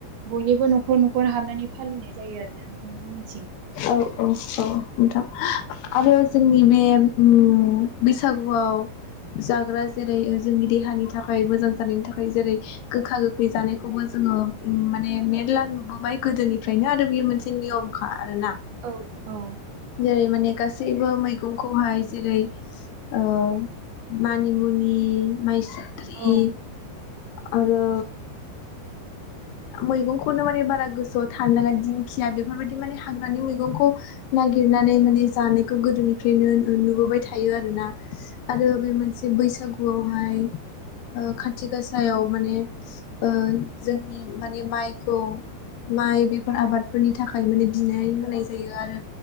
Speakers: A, on the right; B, on the left.
A: बयनिबो न'खर न'खर खर हाबनानै फालिनाय जायो आरो ना। <unintelligible>
B: औ औ औ नोंथां आरो जोंनि बे ओम बैसागुआव जाग्रा जेरै जोंनि देहानि थाखाय मोजां जानायनि थाखाय जेरै गोखा गोखै जानायखौबो जोङो माने मेरला नुबोबाय गोदोनिफ्रायनो आरो बेयो मोनसे नियमखा आरोना।
A: औ औ
B: जेरै माने गासै बो मैगंखौहाय जेरै ओ मानि मुंनि माइ सुन्द्रि
A: औ
B: आरो मैगंखौनो माने बारा गोसोआव थानो नाङा दिंखिया बेफोरबायदि माने हाग्रानि मैगंखौ नागिरनानै माने जानायखौ गोदोनिफ्रायनो नुबोबाय थायो आरो ना। आरो बे मोनसे बैसागुआवहाय ओ खाथि गासायाव माने ओ जों माने माइखौ माइ बेफोर आबादफोरनि थाखाय माने बिनानै होनाय जायो आरो